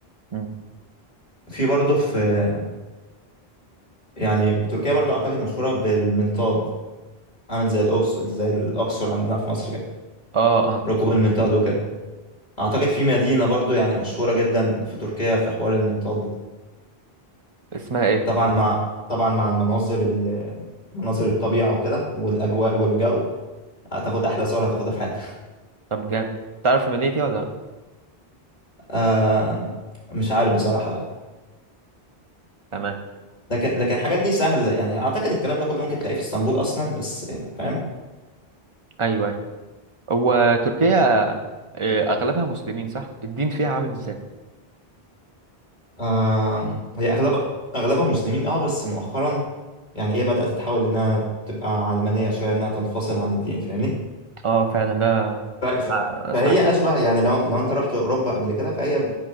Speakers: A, on the right; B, on the left.
A: مم.
B: في برضه في يعني تركيا برضه اعتقد مشهوره بالمنطاد عامل زي الأقصر زي الاقصر عندنا في مصر كده
A: اه اه
B: ركوب المنطاد وكده اعتقد في مدينه برضه يعني مشهوره جدا في تركيا في حوار المنطاد ده
A: اسمها إيه؟
B: طبعا مع طبعا مع المناظر ال... مناظر الطبيعه وكده والاجواء والجو هتاخد احلى صور هتاخدها في حياتك
A: طب جامد تعرف المدينة دي ولا لأ؟
B: آه مش عارف بصراحه لا
A: تمام
B: لكن لكن الحاجات دي سهله يعني اعتقد الكلام ده كله ممكن تلاقيه في اسطنبول اصلا بس فاهم
A: أيوه هو تركيا آه، اغلبها مسلمين صح الدين فيها عامل ازاي
B: آه هي أغلب أغلبها مسلمين أه بس مؤخرا يعني إيه بدأت تتحول إنها تبقى علمانية شوية إنها تنفصل عن الدين فاهمني؟
A: اه فعلا ده
B: ف... ف...
A: أنا اسمع
B: فهي أشبه يعني لو لو أنت رحت أوروبا قبل كده فهي